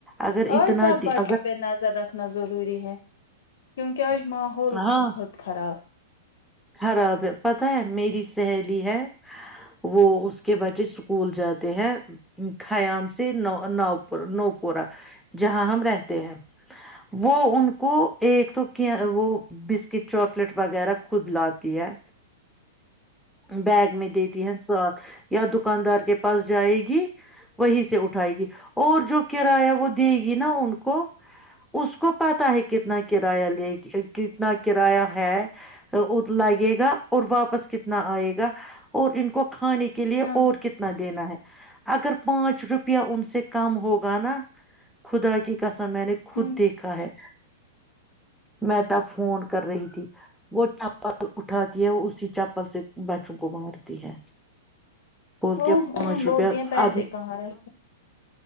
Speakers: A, in the centre; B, on the left.
A: اگر
B: اور
A: اتنا
B: سب بچوں
A: اگر
B: پہ نظر رکھنا ضروری ہے کز ماحول
A: ہاں
B: بہت خراب
A: خراب ہے پتا ہے میری سہیلی ہے وہ اس کے بچے اسکول جاتے ہیں خیام سے ن نور نوپورا جہاں ہم رہتے ہیں وہ ان کو ایک تو کیا
B: ہ
A: وہس کہ چواکلیٹ وغیرہ خود لاتی ہے بیگ میں دیتی ساتھ یا دکاندار کے پاس جائے گی وہیں سے اٹھائے گی اور جو کرایہ وہ دے گی نا ان کو اس کو پتا ہے کتنا کتنا کرایہ لے کہ کتنا کرایہ ہے لگے گا اور واپس کتنا آئے گا اور ان کو کھانے کے لیے
B: ہاں
A: اور کتنا دینا ہے اگر پانچ روپیہ ان سے کم ہوگا نا خدا کی کس ا میں نے خود
B: ہ
A: دیکھا ہے میں تب فون کر رہی تھی وہ چپل اٹھاتی ہے اسی چپل پل سے بچوں کو بناتی ہے بولتی
B: ا
A: ہے
B: ہ
A: پانچ
B: بولتی
A: روپیہ
B: ہیں پیسے کہاں رہ